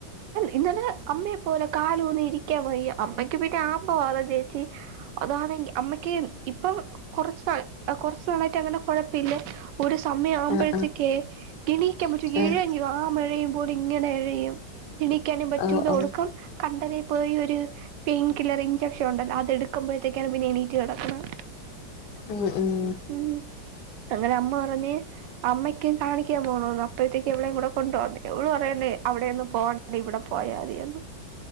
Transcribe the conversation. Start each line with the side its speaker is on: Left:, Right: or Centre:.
Right: ഇന്നലെ അമ്മയെ പോലെ കാലൂന്ന് ഇരിക്കാൻ പോ അമ്മയ്ക്ക് പിന്നെ ആമ വാതം ചേച്ചി അതാണെങ്കിൽ അമ്മയ്ക്ക് ഇപ്പൊ കുറച്ച് നാൾ കുറ നായിട്ട് അങ്ങനെ കുഴപ്പല്ല ഒരു സമയം ആവുമ്പോഴത്തേക്കെ
Left: ആഹ്
Right: ഇിണീക്കാൻ പറ്റും
Left: ആഹ്
Right: ഇഴഞ്ഞു ആ മഴയും പോലെ ഇങ്ങനെ ഇഴയും ഇിണീക്കാനേും പറ്റൂല
Left: ആഹ് ഓഹ് ഓഹ്
Right: ഒടുക്കം കണ്ടന പോയി ഒരു പെയിൻ കില്ലർ ഇൻചെക്ഷൻ ഉണ്ടല്ലോ അതെടുക്കുമ്പോഴത്തേക്കാണ് പിന്നെ എണീറ്റ് കിടക്കുന്നത്
Left: ഉം ഉം
Right: ഉം അങ്ങനെ അമ്മ പറഞ്ഞ് അമ്മക്കും കാണിക്കണ പോണന്ന് അപ്പോഴത്തേക്ക് എവിടെയും കൂടെ കൊണ്ട് വന്നേ എവി പറയണേ അവിടെയ ഒന്ന് പോകണ്ടേ ഇവിടെ പോയാ മതിന്ന്